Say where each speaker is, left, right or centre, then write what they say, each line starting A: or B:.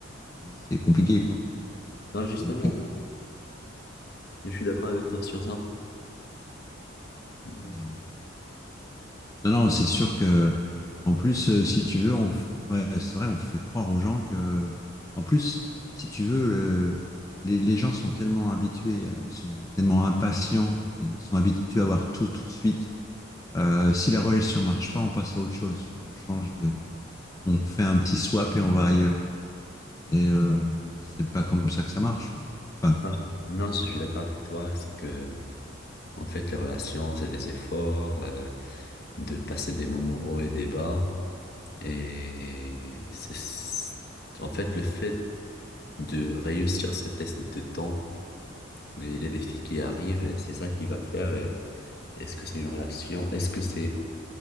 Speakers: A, on the left (about 15°); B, on the left (about 50°).
A: bah, c'est compliqué, quoi.
B: Non, justement,
A: Donc, euh,
B: je suis d'accord avec toi sur ça. Euh,
A: mais, euh, non, non, c'est sûr que, en plus, euh, si tu veux, on, f- ouais, c'est vrai, on fait croire aux gens que, en plus, si tu veux, le, les, les gens sont tellement habitués, euh, ils sont tellement impatients, ils sont habitués à avoir tout tout de suite. Euh, si la relation marche pas, on passe à autre chose, quoi. On change de, on fait un petit swap et on va ailleurs. Et euh, c'est pas comme ça que ça marche. quoi. Enfin,
B: ah, Non, je suis d'accord avec toi, c'est que, en fait, les relations, c'est des efforts, euh, de passer des moments hauts et des bas. Et c'est, en fait, le fait de réussir ce test de temps et les défis qui arrivent, c'est ça qui va faire. euh, est-ce que c'est une relation? Est-ce que c'est